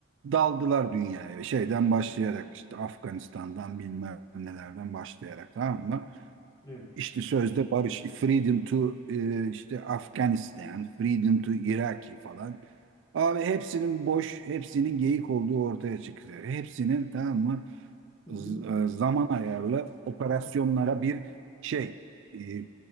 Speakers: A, on the right; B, on the left.
A: daldılar dünyaya. Şeyden başlayarak işte Afganistan'dan bilmem nelerden başlayarak tamam mı?
B: Evet.
A: İşte sözde barış, freedom to e, işte Afganistan, freedom to Iraki falan. Abi hepsinin boş, hepsinin geyik olduğu ortaya çıktı. Hepsinin tamam mı
B: Hı
A: z-
B: hı.
A: e, zaman ayarlı operasyonlara bir şey e,